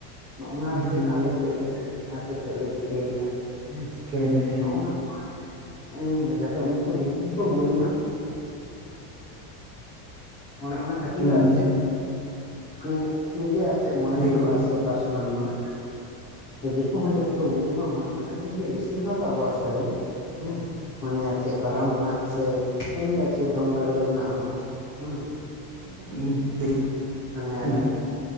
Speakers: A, on the left; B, on the right.
A: ᱱᱚᱜᱼᱱᱟ
B: ᱦᱩᱸ
A: ᱟᱨ ᱪᱮᱫ ᱟᱞᱮ ᱪᱮᱫ <unintelligible> ᱞᱮᱫᱼᱟ ᱥᱮ ᱪᱮᱫ ᱞᱮ ᱪᱤᱠᱟᱹᱭᱮᱫᱼᱟ ᱦᱮᱸ᱾
B: <unintelligible> ᱦᱮᱸ᱾
A: ᱱᱚᱜᱼ ᱚᱱᱟ ᱠᱚ <inaudible> ᱮᱸ ᱡᱟᱛᱮ ᱩᱱᱠᱩ ᱫᱤᱠᱩ ᱠᱚ ᱵᱩᱡᱽ ᱢᱟ᱾ ᱚᱱᱮ ᱚᱱᱟ ᱠᱷᱟᱹᱛᱤᱨ
B: ᱦᱩᱸ
A: ᱟᱨ ᱪᱮᱫ? ᱢᱟᱱᱮ ᱱᱤᱡᱮ ᱟᱨ ᱪᱮᱫ ᱢᱚᱱᱮ ᱦᱩᱭᱩᱜᱼᱟ
B: ᱫᱤᱠᱩ
A: ᱥᱮ ᱯᱟᱨᱥᱚᱱᱟᱞ ᱢᱚᱱᱮ ᱫᱤᱠᱩ ᱦᱚᱸ ᱡᱟᱛᱮ ᱠᱚ ᱵᱩᱡᱽ ᱢᱟ᱾ ᱚᱱᱮ ᱚᱱᱟ ᱠᱷᱟᱹᱛᱤᱨ ᱜᱮ ᱵᱮᱥᱤᱨ ᱵᱷᱟᱜᱽ ᱟᱵᱚᱣᱟᱜ ᱥᱮᱨᱮᱧ ᱦᱮᱸ ᱢᱟᱱᱮ ᱟᱨ ᱪᱮᱫ ᱠᱟᱨᱟᱢ ᱨᱮᱱᱟᱜ ᱥᱮ ᱮᱢᱱᱤ ᱟᱨ ᱪᱮᱫ ᱫᱚᱝ ᱞᱟᱜᱽᱲᱮ ᱨᱮᱱᱟᱜ ᱦᱚᱸ᱾ ᱦᱩᱸ᱾
B: <inaudible>
A: ᱢᱟᱱᱮ ᱟᱨ
B: ᱢᱮᱱᱟᱜ
A: ᱪᱮᱫ?